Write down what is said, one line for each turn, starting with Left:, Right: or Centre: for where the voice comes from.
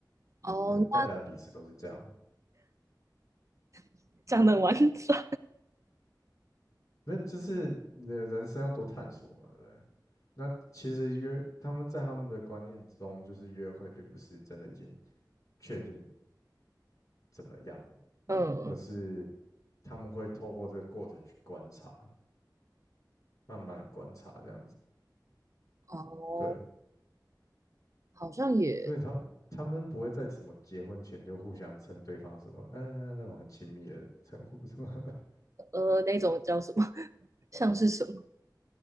Right: 哦，
Left: 就是大家彼此都是这样，
Right: 那 <laughs> 讲的完整，
Left: 没有，就是你的人生要多探索嘛，对不对？那其实约他们在他们的观念中，就是约会并不是真的已经确定怎么样，
Right: 嗯，
Left: 而是他们会透过这个过程去观察，慢慢地观察这样子。
Right: 哦，
Left: 对，
Right: 好像也
Left: 所以他他们不会在什么结婚前就互相称对方什么，嗯、那种很亲密的称呼什么。<laughs>
Right: 呃，那种叫什么，<laughs> 像是什么？